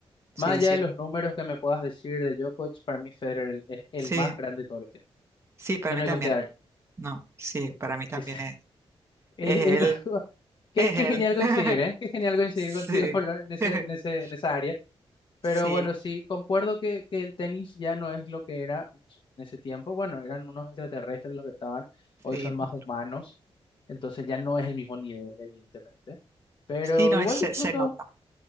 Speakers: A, on the right; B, on the left.
A: sí,
B: Más allá
A: sí,
B: de los números que me puedas decir de Djokovic, para mí Federer el- es el
A: sí,
B: más grande de todos los tiempos.
A: sí, para
B: Y
A: mí
B: no
A: también.
B: hay con qué darle.
A: No, sí, para mí también
B: Es- <laughs>
A: es,
B: es-
A: es él,
B: es algo- qué,
A: es
B: qué
A: él.
B: genial
A: <laughs>
B: coincidir, ¿eh? Qué genial coincidir
A: Sí,
B: contigo <laughs> Pablo, en ese,
A: <laughs>
B: en ese, en esa área.
A: sí,
B: Pero bueno, sí, concuerdo que, que el tenis ya no es lo que era en su- en ese tiempo. Bueno, eran unos extraterrestres los que estaban, hoy
A: sí,
B: son
A: monstruo.
B: más humanos, entonces ya no es el mismo nivel, evidentemente. Pero
A: Sí, no,
B: igual
A: es- se,
B: disfruto,
A: se nota.